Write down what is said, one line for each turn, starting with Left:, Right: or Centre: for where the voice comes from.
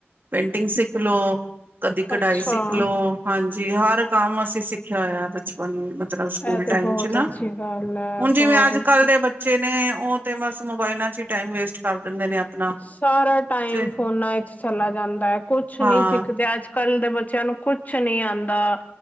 Right: ਪੇਂਟਿੰਗ ਸਿੱਖ ਲਓ ਕਦੀ ਕਢਾਈ
Left: ਅੱਛਾ-ਅੱਛਾ,
Right: ਸਿੱਖ ਲਓ। ਹਾਂਜੀ ਹਰ ਕੰਮ ਅਸੀਂ ਸਿੱਖਿਆ ਹੋਇਆ ਬਚਪਨ ਮਤਲਬ ਸਕੂਲ
Left: ਇਹ ਤੇ
Right: ਟਾਈਮ
Left: ਬਹੁਤ
Right: ' ਚ ਨਾ
Left: ਅੱਛੀ ਗੱਲ ਹੈ
Right: ਹੁਣ ਜਿਵੇਂ
Left: ਬਹੁਤ
Right: ਅੱਜ
Left: ਅੱਛੀ
Right: ਕੱਲ੍ਹ ਦੇ ਬੱਚੇ ਨੇ ਉਹ ਤੇ ਬਸ ਮੋਬਾਇਲਾਂ ਚ ਹੀ ਟਾਈਮ ਵੇਸਟ ਕਰ ਦਿੰਦੇ ਨੇ ਆਪਣਾ
Left: ਸਾਰਾ ਟਾਈਮ
Right: ਤੇ
Left: ਫੋਨਾਂ ਵਿਚ ਚਲਾ ਜਾਂਦਾ ਹੈ ਕੁਛ
Right: ਹਾਂ
Left: ਨੀ ਸਿੱਖਦੇ ਅੱਜ ਕੱਲ ਦੇ ਬੱਚਿਆਂ ਨੂੰ ਕੁਛ ਨੀ ਆਉਂਦਾ।